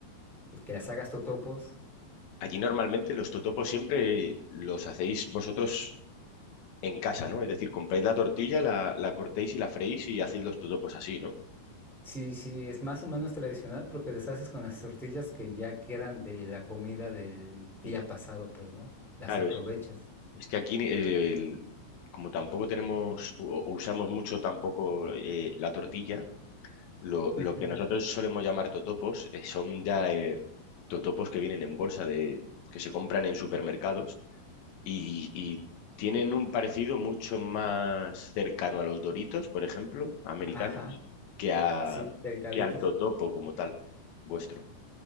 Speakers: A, in the centre; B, on the left.
A: que las hagas totopos
B: Allí normalmente los totopos siempre los hacéis vosotros en casa, ¿no? Es decir, compráis la tortilla, la, la cortéis y la freís y hacéis los totopos así, ¿no?
A: Sí, sí, es más o menos tradicional porque les haces con las tortillas que ya quedan de la comida del día
B: Mm.
A: pasado, pues, ¿no? Las
B: Claro,
A: aprovechas.
B: es, es que aquí eh, el- como tampoco tenemos o, o usamos mucho tampoco eh, la tortilla, lo,
A: Ujú,
B: lo que nosotros solemos llamar totopos eh, son ya eh, totopos que vienen en bolsa de que se compran en supermercados y, y tienen un parecido mucho más cercano a los Doritos, por ejemplo, americanos,
A: Ajá,
B: que a
A: sí, delgaditos.
B: que al totopo como tal, vuestro.